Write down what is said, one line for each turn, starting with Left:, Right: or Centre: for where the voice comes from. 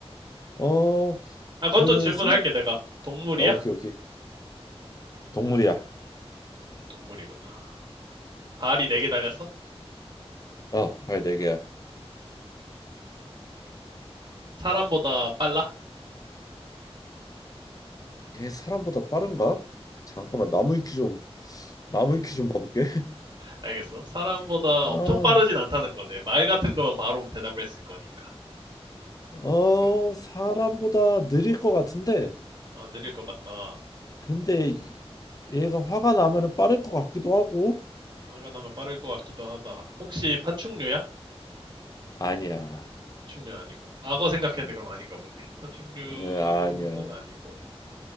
Left: 어
Right: 아, 그것도
Left: 그
Right: 질문할게,
Left: 생.
Right: 내가. 동물이야?
Left: 어, 오케이 오케이. 동물이야.
Right: 음, 동물이구나. 발이 네 개 달렸어?
Left: 어발네 개야.
Right: 사람보다 빨라?
Left: 얘 사람보다 빠른가? 잠깐만 나무 위키 좀 나무 위키 좀 봐볼게.
Right: 알겠어. 사람보다
Left: <laughs> 아,
Right: 엄청 빠르진 않다는 거네. 말 같은 거면 바로 대답을 했을 거니까.
Left: 어
Right: 그래.
Left: 사람보다 느릴 것 같은데
Right: 아, 느릴 것 같다.
Left: 근데 이- 얘가 화가 나면은 빠를 것 같기도 하고
Right: 화가 나면 빠를 것 같기도 하다. 혹시 파충류야?
Left: 아니야.
Right: 파충류 아니고. 악어 생각했는데
Left: 응.
Right: 그럼 아닌가 보네. 파충류는
Left: 응, 아니야.
Right: 아니고.